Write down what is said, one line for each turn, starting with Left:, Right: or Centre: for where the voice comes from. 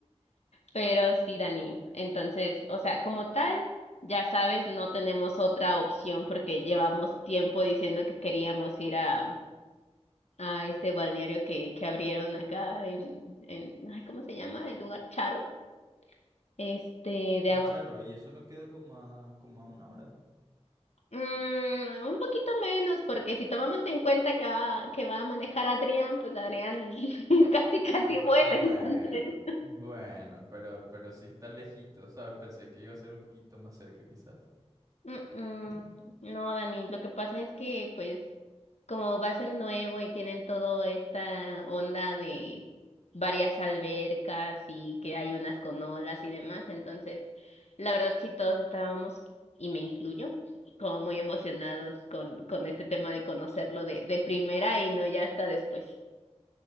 Left: Pero sí, Dani. Entonces, o sea, como tal, ya sabes, no tenemos otra opción porque llevamos tiempo diciendo que queríamos ir a a este balneario que, que abrieron acá en, en, ay, ¿cómo se llama? El lugar Charo, este, de
Right: Mm,
Left: aguas.
Right: Claro, y eso no queda como a, como a una hora.
Left: Mm, un poquito menos, porque si tomamos en cuenta que va, que va a manejar Adrián, pues Adrián <laughs> casi, casi
Right: Bueno,
Left: vuela, entonces.
Right: bueno, pero, pero sí está lejito, ¿sabes? Pensé que iba a ser un poquito más cerca quizás.
Left: Mm, mm.
Right: <laughs>
Left: No, Dani, lo que pasa es que, pues, como va a ser nuevo y tienen toda esta onda de varias albercas y que hay unas con olas y demás, entonces, la verdad sí todos estábamos, y me incluyo, como muy emocionados con, con este tema de conocerlo de, de primera y no ya hasta después.